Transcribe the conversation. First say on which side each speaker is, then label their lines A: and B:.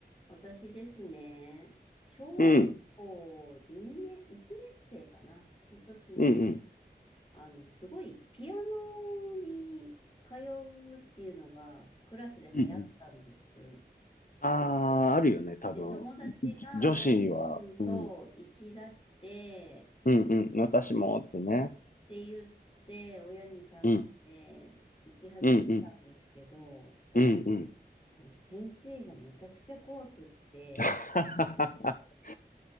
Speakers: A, on the left (about 30°); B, on the left (about 50°).
A: 私ですね、小学校2年、
B: うん、
A: 1年生かなの時に、
B: うん、うん。
A: あの、すごいピアノに通うっていうのがクラスで流行ったんです。
B: うんうん。ああ、あるよね、多分。
A: で、友達が何人もそう、
B: じ女子は、うん、
A: 行き出して、
B: うん、うん、私もってね。
A: って言って、親に頼んで、
B: うん、
A: 行き始めたんですけど、
B: うん、うん、うん、うん。
A: もう先生がめちゃくちゃ怖くって、
B: <laughs>